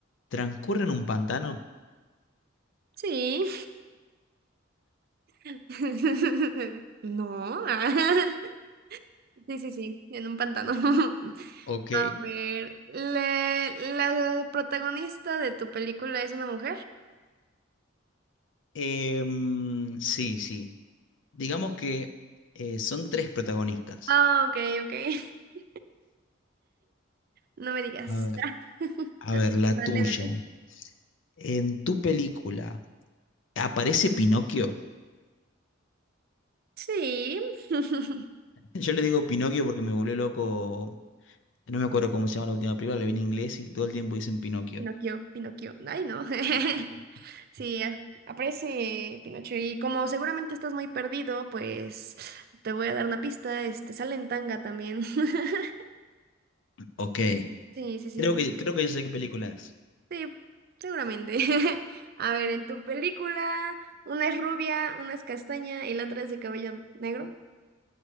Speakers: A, on the left; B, on the right.
A: transcurre en un pantano.
B: Sí. <laughs> No. <laughs> Sí, sí, sí, en un pantano. <laughs>
A: Ok.
B: A ver, ¿la, la protagonista de tu película es una mujer?
A: Em, sí, sí. Digamos que eh, son tres protagonistas.
B: Ah, ok, ok. <laughs> No me digas.
A: A ver. A
B: <laughs>
A: ver, la
B: Dale,
A: tuya.
B: dale.
A: En tu película, ¿aparece Pinocchio?
B: Sí. <laughs>
A: <laughs> Yo le digo Pinocchio porque me volvió loco. No me acuerdo cómo se llama la última película, la vi en inglés y todo el tiempo dicen Pinocchio.
B: Pinocchio, Pinocchio. Ay, no. <laughs>
A: <laughs>
B: Sí, eh, aparece Pinocho. Y como seguramente estás muy perdido, pues te voy a dar una pista. Este, sale en tanga también. <laughs>
A: Ok,
B: Sí, sí, sí.
A: creo que, creo que yo sé qué película es.
B: Sí, seguramente. <laughs> A ver, en tu película, una es rubia, una es castaña y la otra es de cabello negro.